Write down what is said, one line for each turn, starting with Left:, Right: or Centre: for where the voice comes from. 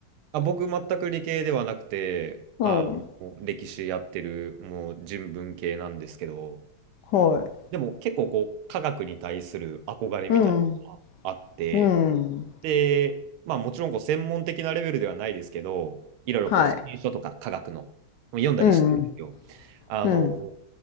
Right: あ、僕、全く理系ではなくて、
Left: うん。
Right: あの、歴史やってる、もう人文系なんですけど、
Left: はい。
Right: でも結構こう、科学に対する憧れみたいなのがあって、
Left: うん。うん。
Right: で、まあもちろんこう専門的なレベルではないですけど、いろいろこう、
Left: はい。
Right: 新書とか科学の読んだりしてるんですよ。
Left: うん。
Right: あの、
Left: うん。